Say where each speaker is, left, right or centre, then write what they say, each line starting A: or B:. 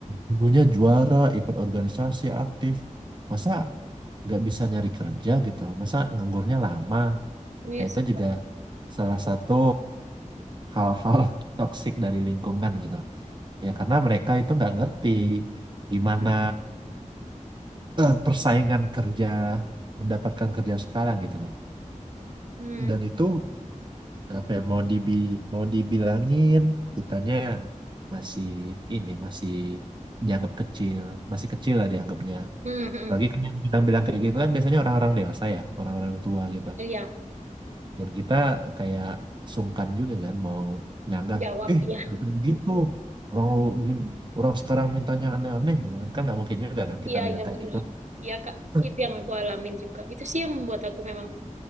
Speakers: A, on the right (about 35°); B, on the right (about 65°).
A: dulunya juara ikut organisasi aktif masa nggak bisa nyari kerja gitu masa nganggurnya lama
B: Iya
A: nah itu
B: sih,
A: juga
B: Kak.
A: salah satu hal-hal <laughs> toksik dari lingkungan gitu ya karena mereka itu nggak ngerti gimana eh, persaingan kerja mendapatkan kerja sekarang gitu loh
B: Hmm.
A: dan itu apa ya, mau dibi mau dibilangin kitanya masih ini masih dianggap kecil masih kecil lah dianggapnya
B: Hmm, hmm,
A: lagi
B: hmm.
A: kan yang bilang-bilang kayak gitu kan biasanya orang-orang dewasa ya orang-orang tua gitu
B: Iya,
A: dan kita kayak sungkan juga kan mau nyanggah
B: jawab
A: eh
B: ya.
A: nggak kayak gitu orang lu gini- orang sekarang mintanya aneh-aneh gitu kan kan nggak mungkin juga kan kita
B: Iya,
A: bilang
B: iya
A: kayak
B: benar.
A: gitu
B: Iya, Kak.
A: <clears throat>
B: Itu yang aku alamin juga. Itu sih yang membuat aku memang